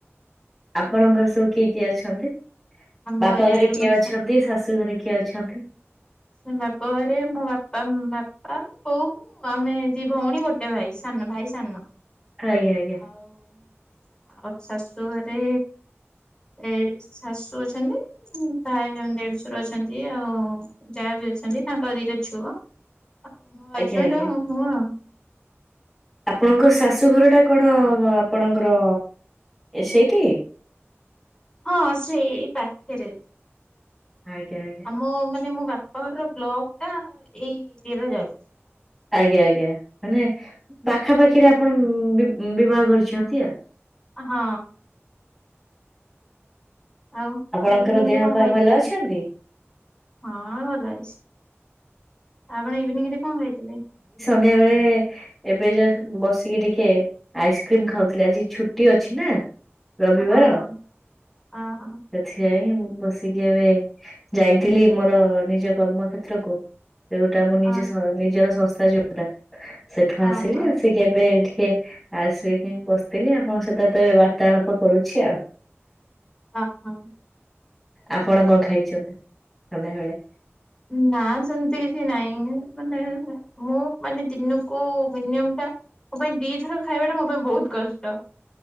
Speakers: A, in the centre; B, on the left.
A: ଆପଣଙ୍କ ଘରେ ସବୁ କିଏ କିଏ ଅଛନ୍ତି,
B: ଆମ
A: ବାପା ଘରେ କିଏ
B: ମୋ
A: ଅଛନ୍ତି
B: ଶା
A: ଶାଶୁ ଘରେ କିଏ? ଅଛନ୍ତି।
B: ସେ ବାପରେ ମୋ ବାପା ବାପା ବୋଉ ଆମେ ଦି ଭଉଣୀ ଗୋଟେ ଭାଇ ସା ଭାଇ ସାନ
A: ଆଜ୍ଞା ଆଜ୍ଞା।
B: ଆଉ ଆଉ ଶାଶୁ ଘରେ ଏ ଶାଶୁ ଅଛନ୍ତି, ଭାଇ ଦେଢଶର ଅଛନ୍ତି ଆଉ ଯାହା ବି ଅଛନ୍ତି ତାଙ୍କ ଦିଟରେ ଛୁଅ ଆଉ ମୋ ହଜବେଣ୍ଡଉ
A: ଆଜ୍ଞା ଆଜ୍ଞା
B: ଆଉ ମୁଁ।
A: ଆପଣଙ୍କ ଶାଶୁ ଘର ଟା କଣ ଆପଣଙ୍କର ସେଇଠି?
B: ହ <inaudible> ହଁ ସେଇ ପାଖରେ
A: ଆଜ୍ଞା ଆଜ୍ଞା
B: ଆମ ମାନେ ମୋ ବାପ ବ୍ଲକ ଟା ଏଇ ଦ ଯାଉଛି।
A: ଆଜ୍ଞା ଆଜ୍ଞା ମାନେ ପାଖାପାଖିରେ ଆପଣ ବିବାହ କରିଛନ୍ତି।
B: ହଁ। ଆଉ
A: ଆପଣଙ୍କର
B: ଇଭିନିଂରେ
A: ଦେହ
B: କଣ
A: ପା
B: କହିଥିଲେ
A: ଭଲ ଅଛନ୍ତି?
B: ହଁ ଭଲ ଅଛି। ଆପଣ ଇଭିନିଂ ରେ କଣ ଖାଇଥିଲେ?
A: ବେଳେ ବେଳେ ଏବେ ଯ ବସିକି ଟିକେ ଆଇସ୍କ୍ରିମ ଖାଉଥିଲେ ଆଜି ଛୁଟି ଅଛି ନା। ରବିବାର।
B: ହଁ ଅହ
A: ସେଥିପାଇଁ। ବସିକି ଏବେ ଯାଇଥିଲି ମୋର ନିଜ କର୍ମ କ୍ଷେତ୍ରକୁ ଯୋଉଟା ଆମ ନିଜ
B: ଅ
A: ନିଜର ସଂସ୍ଥା ଯୋଉଟା ସେଠୁ
B: ଅହ
A: ଆସିଲି ଆସିକି କେବେ ଆସିକି ବସିଥିଲି ଆପଣଙ୍କ ସହିତ ତ ଏବେ ବାର୍ତ୍ତାଳାପ କରୁଛି ଆଉ
B: ହ ହ।
A: ଆପଣ କଣ ଖାଇଛନ୍ତି? ସନ୍ଧ୍ୟାବେଳେ
B: ନା ସେମିତି କିଛି ନାଇଁ ମାନେ ମୁଁ ମାନେ ଦିନକୁ ମୋ ପାଇଁ ଦିଥର ଖାଇବା ଟା ମୋ ପାଇଁ ବହୁତ କଷ୍ଟ